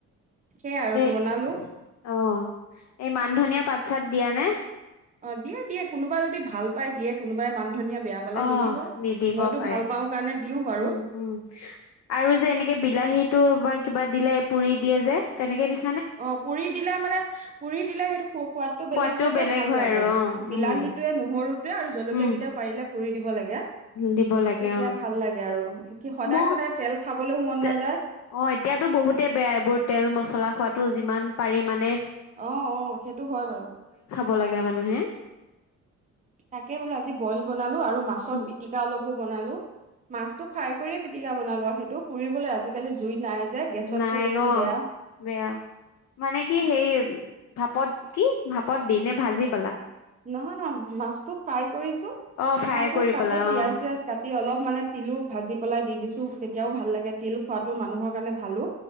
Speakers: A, on the right; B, on the left.
A: সেয়াই আৰু
B: সেই
A: বনালো
B: অ', এই মান ধনিয়া পাত, চাত দিয়া নে?
A: অ', দিয়ে, দিয়ে কোনোবাই যদি ভাল পাই দিয়ে, কোনোবাই মান ধনিয়া বেয়া পালে
B: অ',
A: নিদিব
B: নিদিব
A: মইতো
B: পাৰে।
A: ভাল
B: উম,
A: পাওঁ কাৰণে দিওঁ বাৰু
B: উম, আৰু যে, এনেকে বিলাহীটো বা কিবা দিলে পুৰি দিয়ে যে, তেনেকে দিছ
A: অ', পুৰি দিলে মানে, পুৰি দিলে সেইটো সো-সোৱাদটো
B: সোৱাদটো
A: বেলেগ হয়, যে, ভাল
B: হয়
A: লাগে
B: আৰু অ
A: বিলাহীটোৱে,
B: উম
A: নহৰুটোৱে আৰু জলকীয়া
B: উম
A: কেইটাও পাৰিলে পুৰি দি দিব লাগে,
B: দিব লাগে
A: তেতিয়া
B: অ
A: ভাল লাগে আৰু। কি সদায়
B: মোৰ
A: সদায়
B: তে-অ',
A: তেল খাবলৈও মন নাযায়
B: এতিয়াতো বহুতে বেয়া এইবোৰ তেল মচলা। খোৱাটো যিমান পাৰি মানে
A: অ', অ', সেইটো হয় বাৰু।
B: ব লাগে মানুহে।
A: তাকে বোলো আজি বইল বনালো আৰু মাছৰ
B: উম,
A: পিটিকা অলপ পো বনালো। মাছটো ফাই কৰিয়ে পিটিকা বনালো আৰু সেইতো পুৰিবলৈ আজিকালি জুইত নাই যে, গেছত
B: নাই
A: পুৰিলেও
B: অ
A: বেয়া।
B: বেয়া মানে কি হেই ভাপত কি? ভাপত দি নে ভাজি পেলাই?
A: নহয়, নহয়। মাছটো ফ্ৰাই কৰিছো,
B: অ
A: ফ্ৰাই কৰি তাতে
B: পেলা
A: পিয়াজ-চিয়াজ
B: অ
A: কাটি অলপ মানে তিলো ভাজি পেলাই দি দিছো। তেতিয়াও ভাল লাগে। তিল খোৱাটো মানুহৰ কাৰণে ভাল,